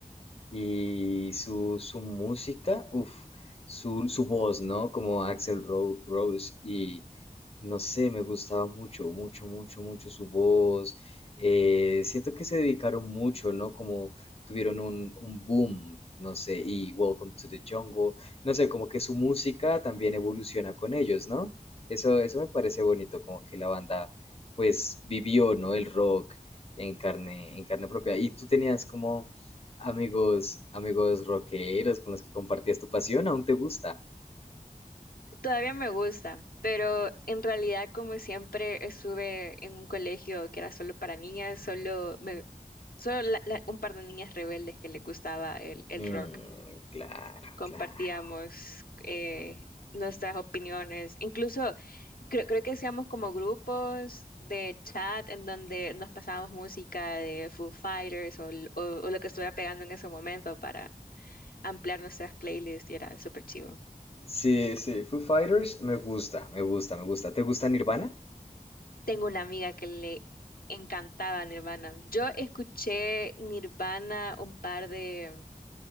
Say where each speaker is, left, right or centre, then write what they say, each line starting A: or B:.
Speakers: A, on the left; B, on the left.
A: Y su, su música, uff, su, su voz, ¿no? Como Axel Ro- Rose y no sé, me gustaba mucho, mucho, mucho, mucho su voz. Eh, siento que se dedicaron mucho, ¿no? Como tuvieron un, un boom, no sé, y Welcome to the Jungle, no sé, como que su música también evoluciona con ellos, ¿no? Eso, eso me parece bonito, como que la banda, pues, vivió, ¿no? El rock en carne, en carne propia. Y tú tenías como Amigos, amigos rockeros con los que compartías tu pasión, ¿aún te gusta?
B: Todavía me gusta, pero en realidad como siempre estuve en un colegio que era solo para niñas, solo me, solo la- la- un par de niñas rebeldes que les gustaba el, el
A: Mm,
B: rock.
A: claro,
B: compartíamos
A: claro.
B: eh, nuestras opiniones. Incluso creo, creo que hacíamos como grupos de chat en donde nos pasábamos música de Foo Fighters o, l- o- o lo que estuviera pegando en ese momento para ampliar nuestras playlists y era súper chivo.
A: Sí, sí, Foo Fighters me gusta, me gusta, me gusta. ¿Te gusta Nirvana?
B: Tengo una amiga que le encantaba Nirvana. Yo escuché Nirvana un par de...